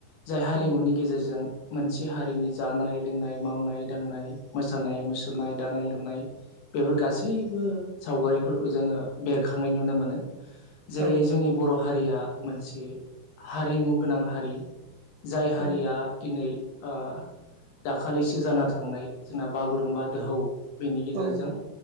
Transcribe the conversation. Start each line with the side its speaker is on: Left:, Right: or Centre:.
Left: जाय हारिमुनि
Right: औ
Left: गेजेरजों मोनसे हारिनि जानाय लोंनाय मावनाय दांनाय मोसानाय मुसुरनाय दानाय लुनाय बेफोर गासैबो सावगारिफोरखौ जोङो बेरखांनाय नुनो मोनो। जेरै
Right: औ
Left: जोंनि बर' हारिया मोनसे हारिमु गोनां हारि। जाय हारिया
Right: औ
Left: दिनै। ओ दाखालिसो जाना थांनाय जोंना बागुरुम्बा दोहौ। बेनि गेजेरजों
Right: औ